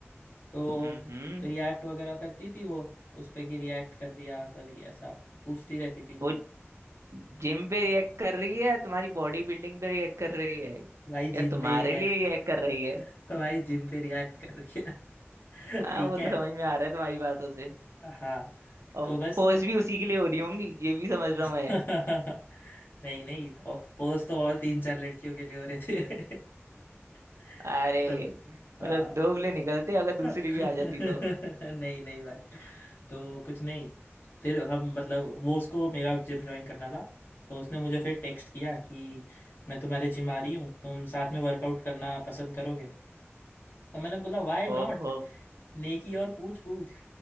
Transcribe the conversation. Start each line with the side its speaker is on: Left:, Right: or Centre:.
Left: तो
Right: हम्म हम्म।
Left: रिएक्ट वगैरह करती थी वो उस पे कि रिएक्ट कर दिया कभी ऐसा पूछती रहती थी
Right: वो जिम पे रिएक्ट कर रही है या तुम्हारी बॉडी बिल्डिंग पे रिएक्ट कर रही है
Left: भाई
Right: या
Left: जिम
Right: तुम्हारे
Left: पे रिएक्ट
Right: लिए रिएक्ट कर रही है
Left: <laughs> भाई जिम पे रिएक्ट कर रही है
Right: हाँ
Left: <laughs> ठीक
Right: वो
Left: है
Right: तो समझ में आ रहा है तुम्हारी बातों से
Left: हाँ
Right: और
Left: तो बस
Right: पोस्ट भी उसी के लिए हो रही
Left: <laughs>
Right: होंगी ये भी समझ रहा हूँ मैं
Left: नहीं नहीं पोज तो और तीन चार लड़कियों के लिए हो रहे थे <laughs>
Right: अरे
Left: सब हाँ
Right: मतलब दोगले निकलते
Left: <laughs>
Right: अगर दूसरी
Left: नहीं
Right: भी आ जाती तो
Left: नहीं भाई तो कुछ नहीं फिर हम मतलब वो उसको मेरा जिम ज्वाइन करना था तो उसने मुझे फिर टेक्स्ट किया कि मैं तुम्हारे जिम आ रही हूँ तुम साथ में वर्कआउट करना पसंद करोगे तो मैंने बोला व्हाई नॉट
Right: ओहो
Left: नेकी और पूछ पूछ